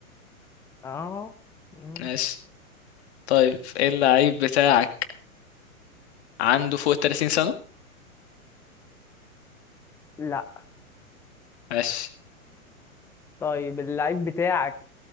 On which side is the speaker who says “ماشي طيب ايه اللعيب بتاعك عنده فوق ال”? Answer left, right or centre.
Left